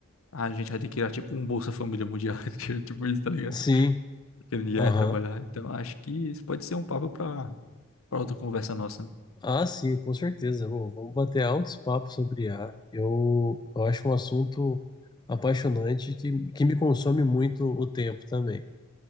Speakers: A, on the left (about 70°); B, on the left (about 20°).
A: a gente vai ter que criar tipo um Bolsa Família Mundial, <laughs> tipo isso, tá ligado?
B: Sim,
A: que ninguém
B: aham.
A: vai trabalhar. Então, acho que isso pode ser um papo para para outra conversa nossa, né?
B: Ah, sim, com certeza. Bom, vamos bater altos papos sobre IA. Eu, eu acho um assunto apaixonante que, que me consome muito o tempo também,